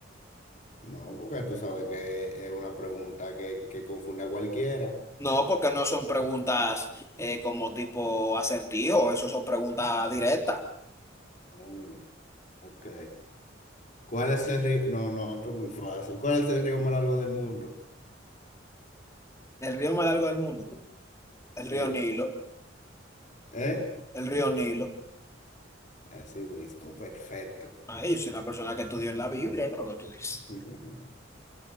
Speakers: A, on the left; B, on the left.
A: No, porque tú sabes que es una pregunta que, que confunde a cualquiera.
B: No, porque no son preguntas eh, como tipo acertijo, eso son preguntas directas.
A: Mm, ok. ¿Cuál es el río? No, no, esto es muy fácil. ¿Cuál es el río más largo del mundo?
B: El río más largo del mundo, el
A: Sí.
B: río Nilo,
A: ¿Eh?
B: el río Nilo.
A: Así mismo, perfecto.
B: Ay, yo soy una persona que estudió en la Biblia, creo que tú dices.
A: <laughs>